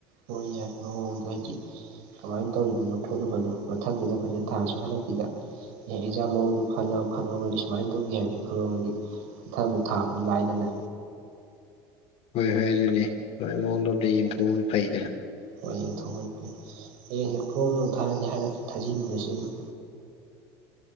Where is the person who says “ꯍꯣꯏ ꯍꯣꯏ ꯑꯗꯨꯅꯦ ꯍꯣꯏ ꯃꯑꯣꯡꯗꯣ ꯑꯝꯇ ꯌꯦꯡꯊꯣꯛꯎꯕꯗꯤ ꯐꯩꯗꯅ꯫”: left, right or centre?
Left